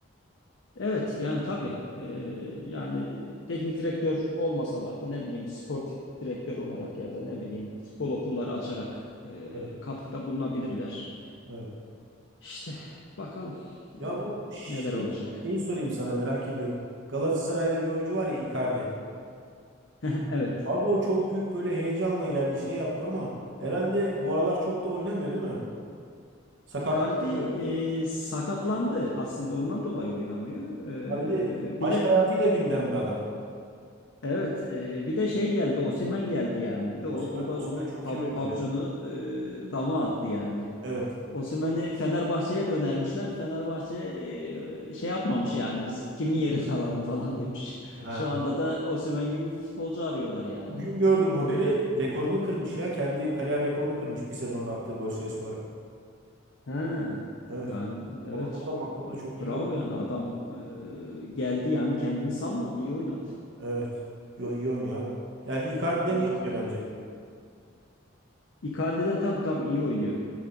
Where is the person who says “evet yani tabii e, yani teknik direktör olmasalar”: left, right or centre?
Left